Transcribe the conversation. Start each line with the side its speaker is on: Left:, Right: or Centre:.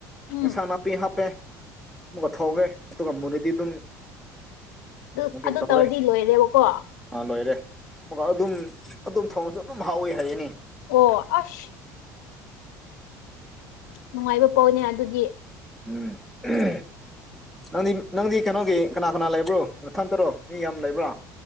Left: ꯎꯝ
Centre: ꯑꯦꯟꯁꯥꯡ ꯅꯥ ꯄꯦ ꯍꯥꯞꯄꯦ ꯑꯃ ꯊꯧꯔꯦ ꯑꯗꯨꯒ ꯃꯨꯨꯔꯗꯤ ꯑꯗꯨꯝ
Left: ꯗ
Centre: ꯀꯩ
Left: ꯑꯗꯨ
Centre: ꯇꯧꯔꯦ
Left: ꯇꯧꯔꯗꯤ ꯂꯣꯏꯔꯦꯕꯀꯣ꯫
Centre: ꯑꯥ ꯂꯣꯏꯔꯦ ꯑꯗꯨꯝ ꯑꯗꯨꯝ ꯊꯣꯡꯁꯨ ꯑꯗꯨꯝ ꯍꯥꯎꯋꯤ ꯍꯥꯏꯌꯦꯅꯤ
Left: ꯑꯣ ꯑꯁ ꯅꯨꯡꯉꯥꯏꯕ ꯄꯥꯎꯅꯦ ꯑꯗꯨꯗꯤ
Centre: ꯎꯝ ꯑꯍ ꯅꯪꯗꯤ__ ꯅꯪꯗꯤ ꯀꯩꯅꯣꯒꯤ ꯀꯅꯥ ꯀꯅꯥ ꯂꯩꯕ꯭ꯔꯣ ꯅꯊꯟꯇꯔꯣ ꯃꯤ ꯌꯥꯝ ꯂꯩꯕ꯭ꯔꯣ